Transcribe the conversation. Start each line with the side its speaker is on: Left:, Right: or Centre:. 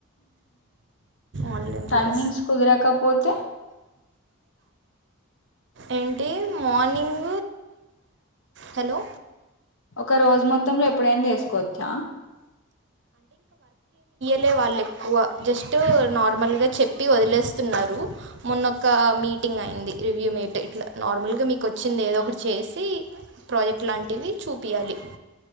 Right: ఆన్లైన్ క్లాస్
Left: టైమింగ్స్ కుదరకపోతే
Right: ఏంటి మార్నింగ్ హలో
Left: ఒక రోజు మొత్తంలో ఎప్పుడైనా చేసుకోవచ్చా
Right: లే వాళ్ళు ఎక్కువ జస్ట్ నార్మల్ గా చెప్పి వదిలేస్తున్నారు మొన్నక్క మీ టింగ్ అయింది రివ్యూ మేట్ ఇట్లా నార్మల్ గా మీకు వచ్చింది ఏదో ఒకటి చేసి ప్రాజెక్ట్ లాంటివి చూపియ్యాలి